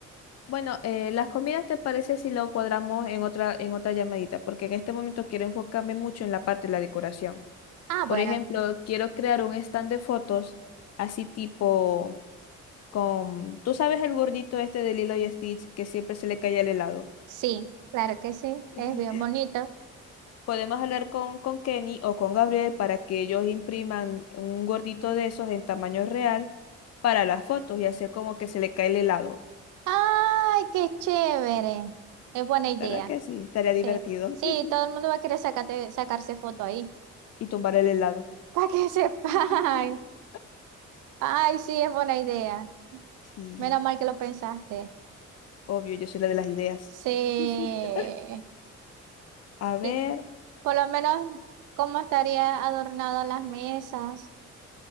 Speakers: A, on the left; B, on the right.
A: Bueno, eh, las comidas te parece si lo cuadramos en otra, en otra llamadita, porque en este momento quiero enfocarme mucho en la parte de la decoración.
B: Ah,
A: Por
B: bueno,
A: ejemplo, quiero crear un stand de fotos así tipo con, tú sabes el gordito este de Lilo y Stitch que siempre se le cae el helado.
B: sí, claro que sí.
A: <laughs>
B: Es bien bonito.
A: Podemos hablar con, con Kenny o con Gabriel para que ellos impriman un gordito de esos en tamaño real para las fotos y hacer como que se le cae el helado.
B: ¡Ay, qué chévere! Es buena idea.
A: ¿Verdad que sí? Estaría
B: Sí,
A: divertido.
B: sí,
A: <laughs>
B: todo el mundo va a querer sacate- sacarse foto ahí.
A: Y tumbar el helado.
B: <laughs> Para que sepan.
A: <laughs>
B: Ay, sí, es buena idea.
A: Sí,
B: Menos mal que lo pensaste.
A: obvio, yo soy la de las ideas.
B: Sí.
A: <laughs> A ver.
B: Y por lo menos, ¿cómo estaría adornado las mesas?